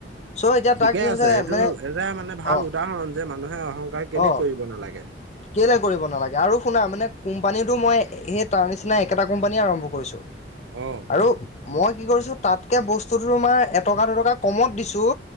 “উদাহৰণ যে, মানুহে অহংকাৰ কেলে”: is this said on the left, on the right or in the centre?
Right